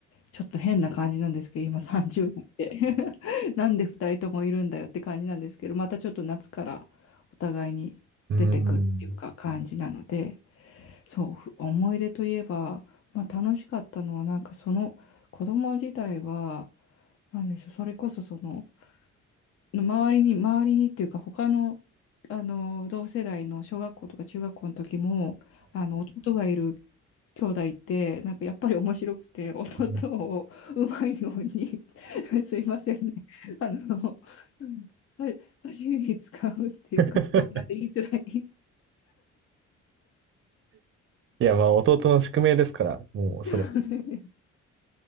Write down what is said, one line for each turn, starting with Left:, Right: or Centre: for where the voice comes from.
Left: ちょっと変な感じなんですけど、今30代で <laughs> なんで2人ともいるんだよって感じなんですけど、またちょっと夏からお互いに出てくっていうか感じなので、
Right: うーん。
Left: そう、ふ思い出といえば、まあ楽しかったのは、なんかその子供自体は、なんでしょう、それこそその、周りに、周りにっていうか、他の、あの、同世代の小学校とか中学校の時も、あの、弟がいる兄弟って、なんかやっぱり面白くて、弟をうまいように
Right: うん
Left: <laughs> すいませんね、あの、うんパパシリ <laughs> に使うっていうか、
Right: <laughs>
Left: ごめんなさい、言いづらい
Right: いや、まあ、弟の宿命ですから、もう、
Left: <laughs>
Right: それ